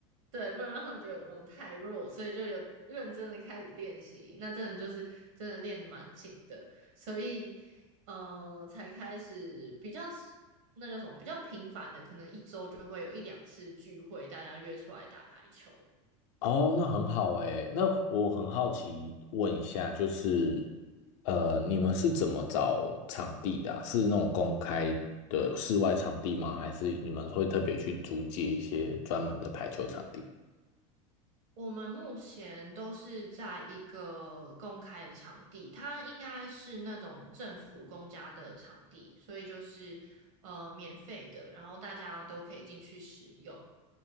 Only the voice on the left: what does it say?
哦，那很好诶。那我很好奇问一下，就是，呃，你们是怎么找场地的啊是那种公开的室外场地吗？还是你们会特别去租借一些专门的排球场地？